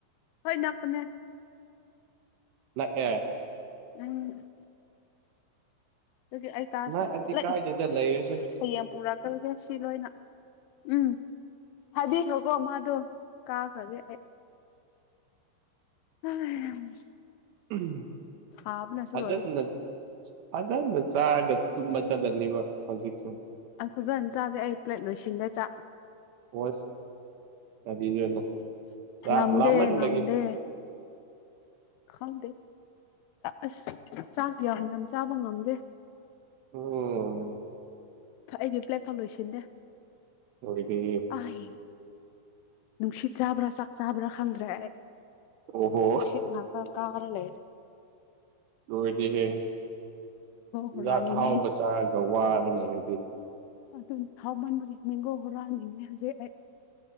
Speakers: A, on the left (about 80°); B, on the right (about 70°).
A: ꯍꯣꯏꯅꯄꯅꯦ
B: ꯅꯥꯛ ꯌꯦ
A: ꯎꯝ ꯑꯗꯨꯒꯤ ꯑꯩ ꯀꯥ
B: ꯅꯛꯑꯗꯤ
A: ꯈ ꯊꯠꯂꯛꯏ
B: ꯀꯥꯏꯗꯦꯗ ꯂꯩꯔꯁꯨ
A: ꯍꯌꯦꯡ ꯄꯨꯔꯛ ꯀꯒꯦ ꯁꯤ ꯂꯣꯏꯅ ꯎꯝ ꯍꯥꯏꯕꯤꯈ꯭ꯔꯀꯣ ꯃꯥꯗꯣ ꯀꯥꯈ꯭ꯔꯒꯦ ꯑꯩ <unintelligible>
B: ꯎꯝ
A: ꯁꯥꯕꯅꯁꯨ
B: ꯐꯖꯟ
A: ꯂꯣꯏꯔꯦ
B: ꯅꯠ ꯐꯖꯟꯅ ꯆꯥꯔꯒ ꯇꯨꯝꯕ ꯆꯠꯂꯅꯤꯕ ꯍꯧꯖꯤꯛꯁꯨ
A: ꯑ ꯐꯖꯟ ꯆꯥꯒꯦ ꯑꯩ ꯄ꯭ꯂꯦꯠ ꯂꯣꯏꯁꯤꯟꯂꯦ ꯆꯥꯛ
B: ꯍꯁ ꯉꯖ ꯆꯥꯛ
A: ꯉꯝꯗꯦ
B: ꯂꯃꯅꯤ
A: ꯉꯝꯗꯦ
B: ꯂ <unintelligible>
A: ꯈꯪꯗꯦ ꯑꯁ ꯆꯥꯛ ꯌꯥꯝꯅ ꯆꯥꯕ ꯉꯝꯗꯦ
B: ꯑꯣ
A: ꯑꯩꯒꯤ ꯄ꯭ꯂꯦꯠ ꯐ ꯂꯣꯏꯁꯤꯟꯗꯦ
B: ꯍꯣꯏꯒꯤ
A: ꯑꯩ ꯅꯨꯡꯁꯤꯠ ꯆꯥꯕ꯭ꯔꯥ ꯆꯥꯛ ꯆꯥꯕ꯭ꯔꯥ ꯈꯪꯗ꯭ꯔꯦ
B: ꯑꯣꯍꯣ
A: ꯅꯨꯡꯁꯤꯠ ꯉꯥꯛꯇꯥ ꯀꯔꯒꯥ ꯂꯩꯔꯦ ꯑꯩ
B: ꯂꯣꯏꯔꯗꯤꯍꯦ ꯆꯤꯟꯖꯥꯛ
A: ꯍꯨꯔꯥꯅꯤꯡꯉꯤ
B: ꯑꯍꯥꯎꯕ ꯆꯥꯔꯒ ꯋꯥꯔ ꯂꯩꯔꯗꯤ
A: ꯑꯗꯨ ꯍꯥꯎ ꯃꯟꯕꯁꯦ ꯃꯤꯒꯣ ꯍꯣꯔꯥꯅꯤꯡꯉꯦ ꯍꯧꯖꯤꯛ ꯑꯩ